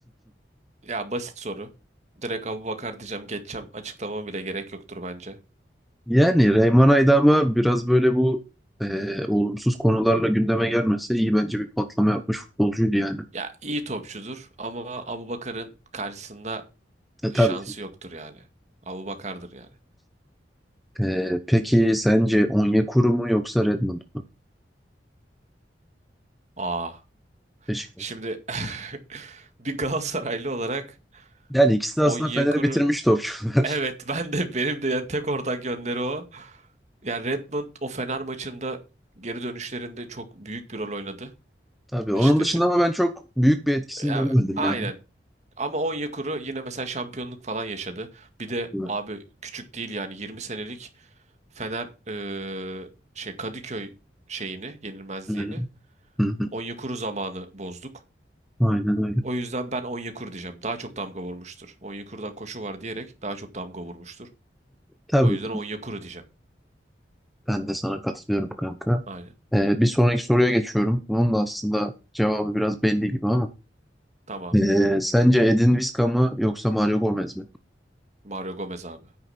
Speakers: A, on the right; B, in the centre.
A: Ya basit soru. Direkt Abubakar diyeceğim geçeceğim. Açıklamam bile gerek yoktur bence.
B: Yani Reyhan Aydam'a biraz böyle bu e, olumsuz konularla gündeme gelmese iyi bence bir patlama yapmış futbolcuydu yani.
A: Ya iyi topçudur ama Abubakar'ın karşısında
B: E, tabii.
A: şansı yoktur yani. Abubakar'dır yani.
B: E, peki sence Onyekuru mu yoksa Redmond mu?
A: Aa.
B: Beşiktaş.
A: Şimdi <laughs> bir Galatasaraylı olarak
B: Yani ikisi de aslında
A: Onyekuru
B: Fener'e bitirmiş topçular.
A: evet ben de benim de yani tek ortak yönleri o. Yani Redmond o Fener maçında geri dönüşlerinde çok büyük bir rol oynadı
B: <laughs> Tabii. Onun
A: Beşiktaş'ın.
B: dışında ama ben çok büyük bir etkisini
A: Ya,
B: göremedim
A: aynen.
B: yani.
A: Ama Onyekuru yine mesela şampiyonluk falan yaşadı. Bir de
B: Evet.
A: abi küçük değil yani 20 senelik Fener eee, şey Kadıköy şeyini, yenilmezliğini
B: Aynen. Hı hı.
A: Onyekuru zamanı bozduk.
B: Aynen öyle.
A: O yüzden ben Onyekuru diyeceğim. Daha çok damga vurmuştur. Onyekuru'dan koşu var diyerek daha çok damga vurmuştur.
B: Tabii.
A: O yüzden Onyekuru diyeceğim.
B: Ben de sana katılıyorum kanka.
A: Aynen.
B: E, bir sonraki soruya geçiyorum. Onun da aslında cevabı biraz belli gibi ama.
A: Tamam.
B: Ee, sence Edin Visca mı yoksa Mario Gomez mi?
A: Mario Gomez abi.